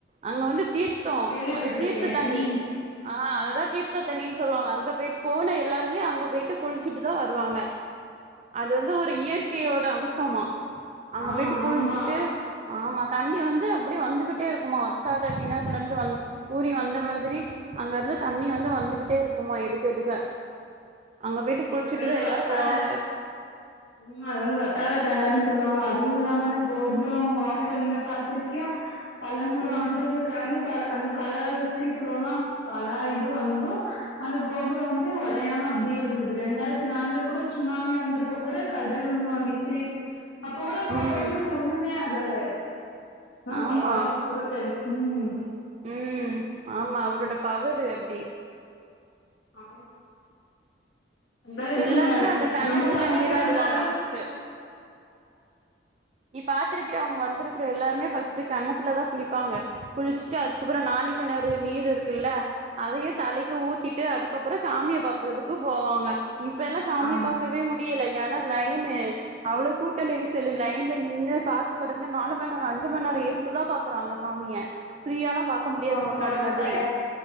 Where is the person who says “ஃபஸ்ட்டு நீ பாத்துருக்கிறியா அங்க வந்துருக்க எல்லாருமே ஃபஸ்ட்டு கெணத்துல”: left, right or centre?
Right